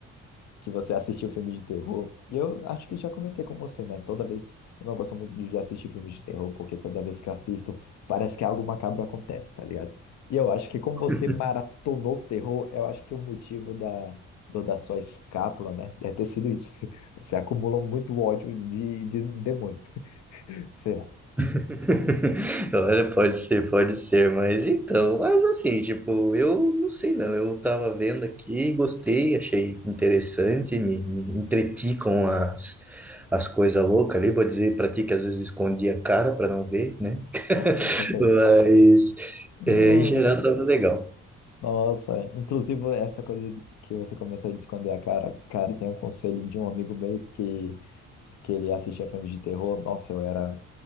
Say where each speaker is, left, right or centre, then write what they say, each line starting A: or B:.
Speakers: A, on the left; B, in the centre.
A: que você assistiu filme de terror. E eu acho que já comentei com você, né? Toda vez. Eu não gosto muito de assistir filme de terror, porque toda vez que assisto, parece que algo macabro acontece, tá ligado? E eu acho que como você
B: <laughs>
A: maratonou terror, eu acho que o motivo da, do- da sua escápula, né? Deve ter sido isso. <laughs> Você acumulou muito ódio de, de um demônio. Sei lá.
B: <laughs> Olha, pode ser, pode ser, mas então, mas assim, tipo, eu não sei não, eu tava vendo aqui, gostei, achei interessante, me, me entreti com as, as coisas loucas ali, vou dizer pra ti que às vezes escondi a cara pra não ver, né? <laughs>
A: Ah, com certeza.
B: Mas,
A: No-
B: é, em geral, tava legal.
A: Nossa, inclusive essa coisa que você comentou de esconder a cara, cara, tem um conselho de um amigo meu que, que ele assistia filmes de terror. Nossa, eu era.